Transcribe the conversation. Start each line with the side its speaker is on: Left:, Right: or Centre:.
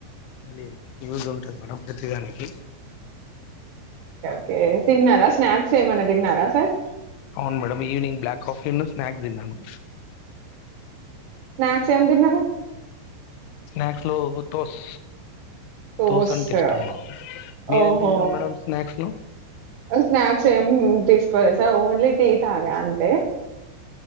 Left: లే యూజ్ ఉంటది మేడం ప్రతిదానికి
Right: ే తిన్నారా స్నాక్స్ ఏమన్నా తిన్నారా సార్
Left: అవును మేడ ఈవనింగ్ బ్లాక్ కాఫి స్నాక్స్ దిన్నాను
Right: స్నాక్స్ ఏం తిన్నారు
Left: స్న్క్స్ లో తోస్
Right: టోస్ట్
Left: తోస అంటే ఇష్టం మాకు మీరేం
Right: ఓహో
Left: తింటారు మేడం స్నాక్స్ లో
Right: స్నాక్స్ ఏం తీసుకోవలేి సార్ ఓన్లీ టీ తాగా అంటే